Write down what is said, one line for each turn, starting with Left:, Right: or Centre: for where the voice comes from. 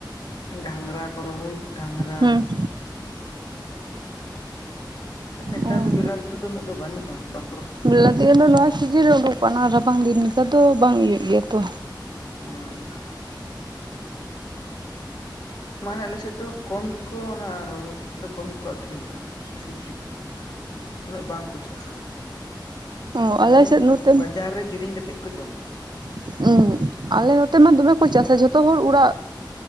Left: ᱜᱷᱟᱝᱨᱟ ᱠᱚ ᱨᱚᱦᱚᱭ ᱜᱷᱟᱝᱨᱟ
Right: ᱦᱮᱸ
Left: ᱟᱨ ᱱᱮᱛᱟᱨ
Right: ᱚ
Left: ᱫᱚ ᱵᱮᱞᱟᱛᱤᱠ ᱠᱚᱫᱚ ᱩᱱᱟᱹᱜ ᱫᱚ ᱵᱟᱹᱱᱩᱜᱼᱟ ᱵᱟ
Right: <unintelligible> ᱱᱚᱣᱟ ᱥᱤᱡᱤᱱ ᱩᱰᱩᱠ ᱠᱟᱱᱟ ᱨᱟᱵᱟᱝ ᱫᱤᱱ ᱞᱮᱠᱟ ᱫᱚ ᱵᱟᱝ ᱤᱭᱟᱹᱜ ᱜᱮᱭᱟ ᱛᱚ
Left: ᱚᱸ ᱢᱟᱱᱮ ᱟᱞᱮ ᱥᱮᱫ ᱫᱚ ᱠᱚᱢ ᱜᱮᱠᱚ ᱚᱱᱟ ᱨᱚᱦᱚᱭᱛᱮᱫ ᱫᱚ ᱠᱚᱢ ᱜᱮᱠᱚ ᱟᱠᱷᱨᱤᱧᱟ ᱥᱚᱵᱡᱤ ᱠᱚ ᱩᱱᱟᱹᱜ ᱵᱟᱝᱠᱚ ᱪᱟᱥ ᱜᱮᱭᱟ
Right: ᱚ ᱟᱞᱮ
Left: ᱢᱟᱱᱮ
Right: ᱥᱮᱫ ᱱᱚᱛᱮ
Left: ᱵᱟᱡᱟᱨ ᱨᱮ ᱠᱤᱨᱤᱧ ᱠᱟᱛᱮᱜ ᱠᱚ ᱡᱚᱢᱟ᱾
Right: <unintelligible> ᱟᱞᱮ ᱱᱚᱛᱮ ᱢᱟ ᱫᱚᱢᱮ ᱠᱚ ᱪᱟᱥᱟ ᱡᱷᱚᱛᱚ ᱦᱚᱲ ᱚᱲᱟᱜ